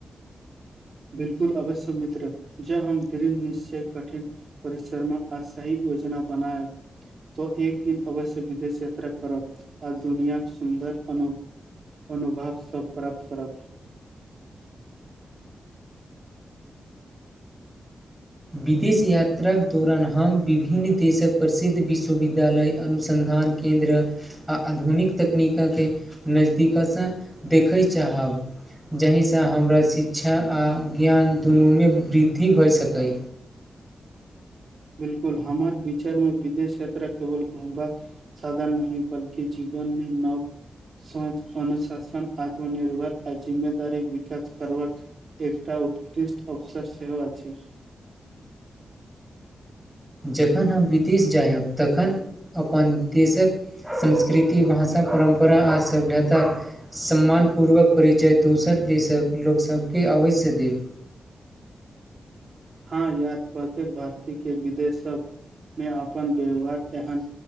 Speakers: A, on the right; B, in the centre.
A: बिल्कुल अवश्य मित्र ज हम द निशय कठिन परिसरमे आ सही योजना बनाए तो एक दिन अवश्य विदेश यात्रा करब आर दुनिया सुन्दर अनुप अनुभव सब प्राप्त करब
B: विदेश यात्राक दौरान हम विभिन्न देशक प्रसिद्ध विश्वविद्यालय अनुसन्धान केन्द्र आ आधुनिक तकनीक के नजदीक सँ देखय चाहब जाहिसँ हमरा शिक्षा आ ज्ञान दुनूमे वृद्धि भऽ सकै
A: बिल्कुल हमारे विचार मे विदेश यात्रा केवल घूमबा साधन नहि बल्कि जीवनमे नव सझ अनुशासन आत्मनिर्भर आ जिम्मेदारी विकास करवा एकटा उत्कृष्ट अवसर सेहो अछि
B: जखन हम विदेश जायब तखन अपन देशक संस्कृति भाषा परम्परा आ सभ्यताक सम्मानपूर्वक परिचय दोसर देशक लोकसभकेँ अवश्य देब।
A: हँ यार प्रत्येक भारतीय के विदेश सबमे अपन व्यवहार एहन